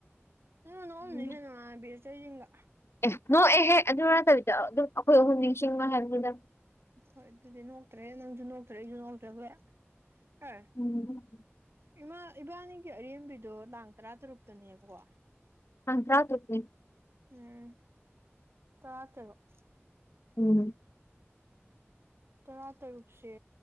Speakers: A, on the right; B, on the left.
A: ꯅꯪ ꯅꯣꯛꯑꯝꯅꯤꯍꯦ
B: ꯎꯝ
A: ꯍꯦꯟꯅ ꯕꯤꯔꯁꯒ
B: ꯑꯦ ꯅꯣꯛ ꯑꯦꯍꯦ ꯑꯗꯨ ꯅꯠꯇꯕꯤꯗ ꯑꯗꯨꯝ ꯑꯩꯈꯣꯏ ꯑꯍꯨꯝ ꯅꯤꯡꯁꯤꯡꯕ ꯍꯥꯏꯕꯗ
A: ꯍꯣꯏ ꯑꯗꯨꯗꯤ ꯅꯣꯛꯇ꯭ꯔꯦ ꯅꯪꯁꯨ ꯅꯣꯛꯇ꯭ꯔꯦ ꯑꯩꯁꯨ ꯅꯣꯛꯇ꯭ꯔꯦ ꯍꯣꯏ ꯍꯣꯏ
B: ꯎꯝ
A: ꯏꯃꯥ ꯏꯕꯥꯅꯤꯒꯤ ꯑꯔꯦꯝꯕꯤꯗꯣ ꯂꯥꯡ ꯇꯔꯥ ꯇꯔꯨꯛꯇꯅꯦꯕꯀꯣ
B: ꯍꯪ ꯊ꯭ꯔꯥ ꯇꯦ <inaudible>
A: ꯎꯝ ꯇꯥꯇꯔꯨꯛ
B: ꯎꯝ
A: ꯇꯔꯥ ꯇꯔꯨꯛꯁꯦ